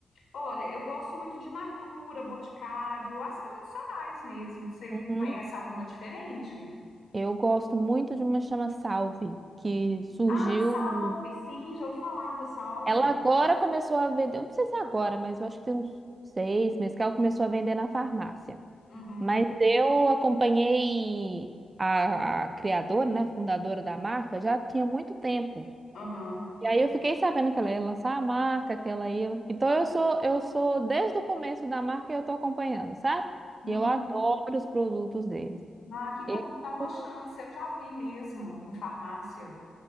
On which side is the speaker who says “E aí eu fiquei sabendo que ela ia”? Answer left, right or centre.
Right